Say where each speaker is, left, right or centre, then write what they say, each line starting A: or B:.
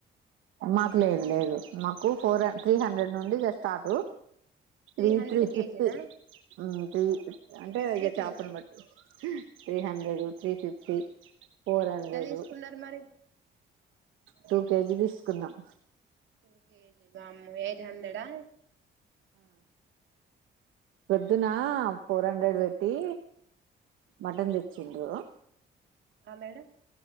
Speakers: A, on the right; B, on the right.
A: మాకు లేదు లేదు నాకు ఫోర్, త్రీ హండ్రెడ్ నుండి ఇగ start three
B: hundred
A: three
B: కేజీనా
A: fifty మ్మ్
B: త్రీ
A: అంటే
B: ఫిఫ్టీ
A: ఇక
B: కేజీ
A: చాపని బట్టి three hundred three fifty four హండ్రెడ్
B: ఎంత తీసుకున్నారు మరి
A: టూ కేజీ తీసుకున్నాం
B: ఒకే బమ్ ఎయిట్ హండ్రెడ్ హా
A: పొద్దున్న ఫోర్ హండ్రెడ్ పెట్టి మటన్ తెచ్చిండ్రు
B: ఆ మేడం